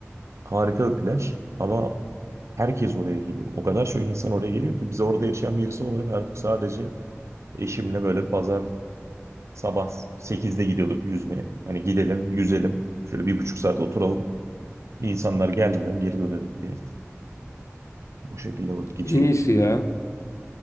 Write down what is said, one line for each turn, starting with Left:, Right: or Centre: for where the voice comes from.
Right: Harika bir plaj ama herkes oraya geliyor. O kadar çok insan oraya geliyor ki biz orada yaşayan birisi olarak artık sadece eşimle böyle pazar sabah sekizde gidiyorduk yüzmeye. Hani gidelim yüzelim şöyle bir buçuk saat oturalım insanlar gelmeden geri dönelim diye bu şekilde vakit geçiriyoruz.
Left: En iyisi ya.